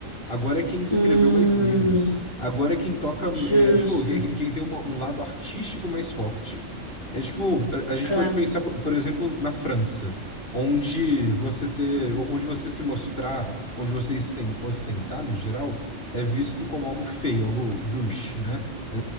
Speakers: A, on the left (about 50°); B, on the left (about 25°).
A: Agora é quem escreveu
B: Hum.
A: mais livros. Agora é quem toca,
B: Justo.
A: é, tipo, que- que- quem tem uma- um lado artístico mais forte. É tipo, a, a gente
B: É.
A: pode pensar, por, por exemplo, na França, onde você ter, onde você se mostrar, onde você esten- ostentar, no geral, é visto como algo feio, algo gauche, né? É,